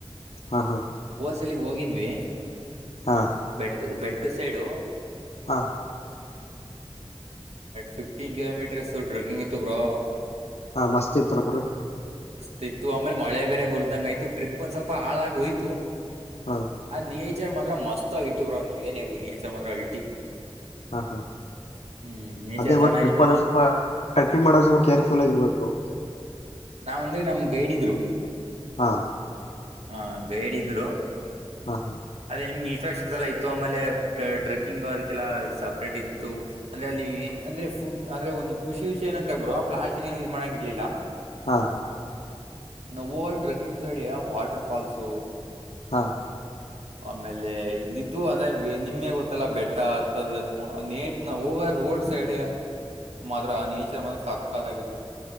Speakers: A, on the left (about 75°); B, on the right (about 85°).
A: ಹಾ ಹಾ
B: ತಿ ಅಲ್ಲಿಗ್ ಹೋಗಿದ್ವಿ.
A: ಹಾ
B: ಬೆಟ್ಟುದ ಸೈಡು
A: ಹಾ
B: ಫಿಫ್ಟೀನ್ ಕಿಲೋಮೀಟರ್ಸ್ ಟ್ರೆಕಿಂಗ್ ಇತ್ತು ಬ್ರೋ. ಹ <inaudible>
A: ಹಾ ಮಸ್ತ್ ಇತ್ತಾಲ್ ಬ್ರೋ
B: ತ್ತು ಆಮೇಲೆ ಮಳೆ ಬೇರೆ ಬರ್ದ್ದಂಗ ಆಯ್ತು ಟ್ರಿಪ್ ಒಂದ ಸ್ವಲ್ಪ ಹಾಳಾಗಿ ಹೋಯ್ತು.
A: ಹಾ
B: ಆ ನೀ ನೇಚರ್ ಮಾತ್ರ ಮಸ್ತ್ ಆಗಿತ್ತು ಬ್ರೋ ನೀವ ಏನ್ ಹೇಳಿ ನೇಚರ್ ಮಾತ್ರ ಅಲ್ಟಿ.
A: ಹಾ ಹಾ
B: ಹ್ಮ್ ನೇಚರ್
A: ಅದೇ
B: ಚೆನ್ನಾಗಿತ್ತು
A: ಒಬ್ ಟ್ರಿಪ್ ಅಲ್ಲ ಸ್ವಲ್ಪ ಟ್ರೆಕಿಂಗ್ ಮಾಡ ಸ್ವಲ್ಪ ಕೇರ್ಫು ಪುಲಗೀರ್ಬೇಕು
B: ನಾವ್ ಅಂದ್ರೆ ನಮ್ ಗೈಡ್ ಇದ್ರು
A: ಹಾ
B: ಹಾ ಗೈಡ್ ಇದ್ರು.
A: ಹಾ ಹಾ
B: ಅದೇ ನಿಮ್ಗೆ ಇಷ ಇನಕ್ಷನ್ ಎಲ್ಲಾ ಇತ್ತು ಆಮೇಲೆ ಟ್ರೆಕ್ಕಿಂಗ್ ಅದಕ್ಕೆಲ್ಲ ಸಪರೇಟ್ ಇತ್ತು ಅಂದ್ರೆ ಅಲ್ಲಿ ಅಂದ್ರೆ ಫುಡ್ ಅಂದ್ರೆ ಒಂದು ಖುಷಿ ವಿಷ ಏನಂದ್ರೆ ಬ್ರೋ ಪ್ಲಾಸ್ಟಿಕ್ ಏನ್ ಯೂಸ್ ಮಾಡಂಗಾಗಿರ್ಲಿಲ್ಲ.
A: ಹಾ
B: ನವಲ್ ಟ್ರೆಕ್ಕಿಂಗ್ ಜಡೆಯ ವಾಟರ್ ಫಾಲ್ಸು
A: ಹಾ
B: ಆಮೇಲೆ ಇದಿದ್ದು ಅಂದ್ರೆ ನಿಮಗೆ ಗೊತ್ತಲ್ಲಾ ಬೆಟ್ಟ ಹತ್ತದ ನೇಚ್ನ ಹೋಗ ರೋಡ್ ಸೈಡ್ ಮಾತ್ರ ಆ ನೇಚರ್ ಮಾತ್ರ ಸಾಕ್ಕಾದಾಗಿತ್ತು